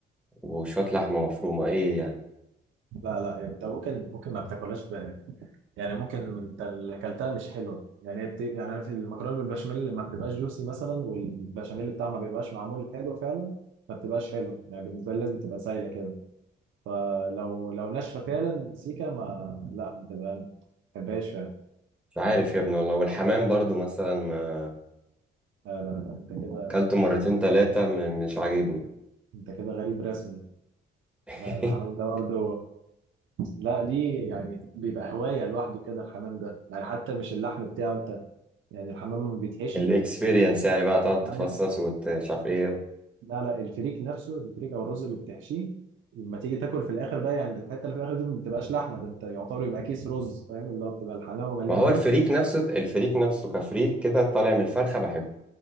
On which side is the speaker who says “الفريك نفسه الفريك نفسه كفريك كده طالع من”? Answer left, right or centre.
Centre